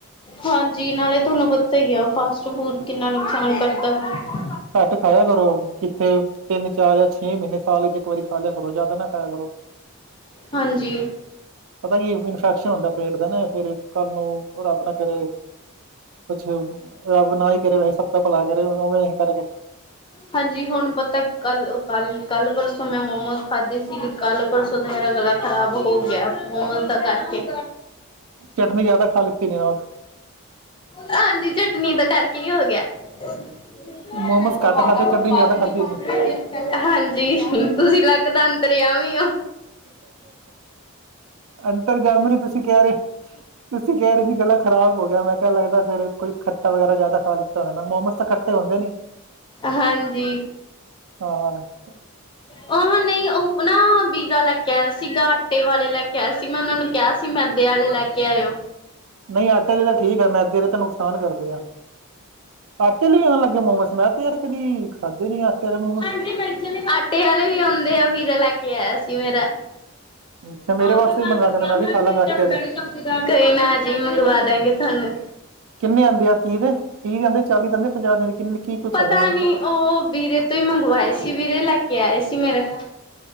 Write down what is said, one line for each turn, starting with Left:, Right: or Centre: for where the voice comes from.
Left: ਹਾਂਜੀ, ਨਾਲੇ਼ ਥੋਨੂੰ ਪਤਾ ਈ ਆ ਫਾਸਟ ਫੂਡ ਕਿੰਨਾ ਨੁਕਸਾਨ ਕਰਦਾ ਵਾ।
Right: ਘੱਟ ਖਾਏਆ ਕਰੋ ਕਿੱਥੇ ਤਿੰਨ ਚਾਰ ਯਾ ਛੇ ਮ੍ਹੀਨੇ ਸਾਲ ਵਚ ਏਕ ਵਾਰੀ ਖਾ ਲੇਆ ਕਰੋ ਜੇ਼ਆਦਾ ਨਾ ਖਾਏਆ ਕਰੋ।
Left: ਹਾਂਜੀ।
Right: ਪਤਾ ਕੀ ਏ ਇਨਫੈਕਸ਼ਨ ਹੁੰਦਾ ਪੇਟ ਦਾ ਨਾ, ਫੇਰ ਕੱਲ ਨੂੰ ਰੱਬ ਨਾ ਕਰੇ ਕੁਛ ਅ ਰੱਬ ਨਾ ਈ ਕਰੇ, ਵੈਸੇ ਸਭ ਦਾ ਭਲਾ ਕਰੇ ਓਵੇਂ ਕਰਕੇ
Left: ਹਾਂਜੀ, ਹੁਣ ਪਤਾ ਕੱਲ, ਕੱਲ, ਕੱਲ ਪਰਸੋਂ ਮੈਂ ਮੋਮੋਸ ਖਾਦੇ ਸੀਗੇ ਕੱਲ ਪਰਸੋਂ ਪਰਸੋਂ ਦਾ ਮੇਰਾ ਗਲਾ਼ ਖਰਾਬ ਹੋ ਗੇਆ, ਮੋਮੋਸ ਦਾ ਕਾਰਕੇ।
Right: ਚਟਨੀ ਜੇਆਦਾ ਖਾ ਲਿੱਤੀ ਨੇ <unintelligible>
Left: ਹਾਂਜੀ, ਚਟਨੀ ਦਾ ਕਰਕੇ ਈ ਹੋ ਗੇਆ। <unintelligible>
Right: ਮੋਮੋਸ ਘੱਟ ਖਾਧੇ ਚਟਨੀ ਜ਼ਿਆਦਾ ਖਾਧੀ ਨੇ
Left: ਤੁਸੀ ਲੱਗਦਾ ਅੰਤਰ ਯਾਮੀ ਓ।
Right: ਅੰਤਰ ਜਾਮੀ ਤੁਸੀਂ ਕੈ ਰੈ, ਤੁਸੀਂ ਕੈ ਰਏ ਸੀ ਗਲਾ ਖਰਾਬ ਹੋ ਗੇਆ, ਮੈਂ ਕੇਆ ਲੱਗਦਾ ਫੇਰ ਓ ਕੋਈ ਖੱਟਾ ਵਗੈਰਾ ਜੇਆਦਾ ਖਾ ਲਿੱਤਾ ਹੋਣਾ ਨਾ, ਮੋਮੋਸ ਤਾਂ ਖੱਟੇ ਹੁੰਦੇ ਨੀ।
Left: ਹਾਂਜੀ।
Right: ਹਾਂ। <unintelligible>
Left: ਓ ਨਈ ਓ ਨਾ ਬੀਰਾ ਲੈ ਕੇ ਆਏਆ ਸੀਗਾ, ਆਟੇ ਵਾਲੇ਼ ਲੈ ਕੇ ਆਏਆ ਸੀ ਮੈਂ ਓਨਾਂ ਨੂੰ ਕੇਆ ਸੀ ਮੈਦੇ ਆਲੇ਼ ਲੈ ਕੇ ਲੈਆਏਓ।
Right: ਨਈ, ਆਟੇ ਆਲੇ ਤਾਂ ਠੀਕ ਆ, ਮੈਦੇ ਆਲੇ ਤਾਂ ਨੁਕਸਾਨ ਕਰਦੇ ਆ, ਆਟੇ ਆਲੇ ਵੀ ਆਨ ਲੱਗੇ ਮੋਮੋਸ? ਮੈਂ ਤੇ ਯਾਰ ਕਦੀ, ਖਾਦੇ ਨੀ ਆਟੇ ਆਲੇ ਮੋਮੋਸ।
Left: <unintelligible> ਆਟੇ ਆਲੇ਼ ਵੀ ਆਂਓਦੇ ਆ ਵੀਰਾ ਲੈ ਕੇ ਆਏਆ ਸੀ ਮੇਰਾ।
Right: ਅੱਛਾ ਮੇਰੇ
Left: ਕੋਈ
Right: ਵਾਸਤੇ ਵੀ ਮੰਗਵਾ ਦੇਣਾ ਮੈਂ ਵੀ ਖਾ ਲਾਂਗਾ ਆਟੇ ਆਲੇ
Left: ਨਾ ਜੀ ਮੰਗਵਾ ਦਾੰਗੇ ਥੂਆਂਨੂੰ।
Right: ਕਿੰਨੇ ਆਂਦੇ ਆ ਤੀ ਦੇ, ਤੀ ਦੇ ਆਂਦੇ, ਚਾਲੀ ਦੇ ਆਂਦੇ, ਪੰਜਾਹ ਦੇ ਕਿੰਨੇ ਕੀ ਕੁੱਛ
Left: ਪਤਾ
Right: ਹੈਗਾ ਮੈਨੂੰ
Left: ਨੀ
Right: ਤਾਂ
Left: ਓ, ਬੀਰੇ ਤੋਂ ਈ ਮੰਗਵਾਏ ਸੀ ਵੀਰੇ ਲੈ ਕੇ ਆਏ ਸੀ ਮੇਰੇ।